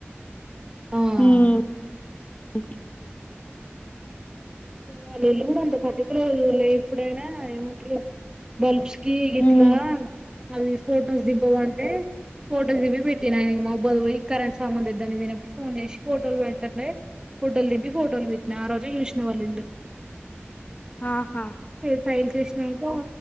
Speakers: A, on the right (about 20°); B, on the left (about 35°).
A: ఆ
B: హుమ్ ఒకే
A: వాళ్ళ ఇల్లు కూడా అంత పర్టికులర్ లే ఎప్పుడైనా ఏమంటారు బల్బ్ కీ ఇట్లా
B: ఉమ్
A: అవి ఫొటోస్ దింపవ ఫోటోలు దిగి పెట్టినా ఇగ మాబ్బుకు పోయి కరెంట్ సామను తేద్దమని పోయిప్పుడు ఫోన్ చేసి ఫోటోలు పెట్టతంటే ఫోటోల్ దింపి ఫోటోలు పెట్టినా ఆ రోజే ఇష్ట వాళ్ళిల్లు
B: ఆహా
A: స్టైల్ చేసినంక